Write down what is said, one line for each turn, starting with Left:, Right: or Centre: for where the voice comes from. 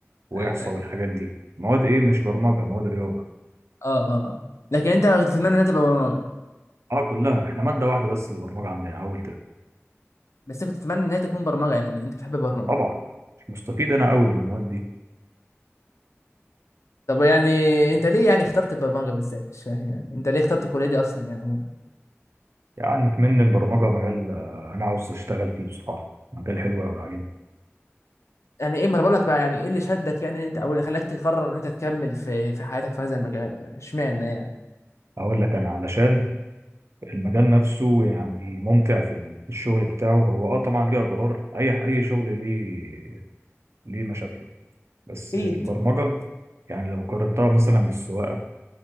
Right: وإحصاء
Left: ايوه ايوه
Right: والحاجات دي مواد إيه مش برمجة مواد رياضة
Left: اه اه لكن انت كنت تتمنى انها تبقى برمجه
Right: أه كلها إحنا مادة واحدة بس اللي برمجة عندنا أول ترم
Left: بس كنت تتمنى انها تكون برمجه يعني انت بتحب البرمجه
Right: طبعا مش مستفيد
Left: امم
Right: أنا أوي بالمواد دي
Left: طب يعني انت ليه يعني اخترت البرمجه بالذات مش فاهم يعني انت ليه اخترت الكليه دي اصلا يعني عموما
Right: يعني كمان البرمجة مجال آه، أنا عاوز أشتغل فيه بصراحة مجال حلو أوي عاجبني
Left: يعني ايه ما انا بقول لك بقى يعني ايه اللي شدك يعني انت او اللي خلاك تقرر ان انت تكمل في في حياتك في هذا المجال اشمعنى يعني
Right: أقول لك أنا علشان المجال نفسه يعني ممتع في ال- في الشغل بتاعه هو أه طبعا ليه أضرار أي أي شغل ليه ليه مشاكله بس
Left: اكيد
Right: البرمجة يعني لو قارنتها مثلا بالسواقة